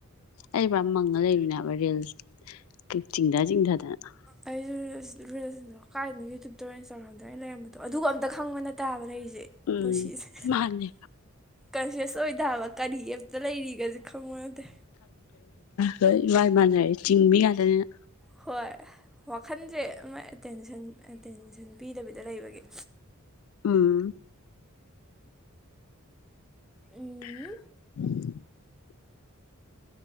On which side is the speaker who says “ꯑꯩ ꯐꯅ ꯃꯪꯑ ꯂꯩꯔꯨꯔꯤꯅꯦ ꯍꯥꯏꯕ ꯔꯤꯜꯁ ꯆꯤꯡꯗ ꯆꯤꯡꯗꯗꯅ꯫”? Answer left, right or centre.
Left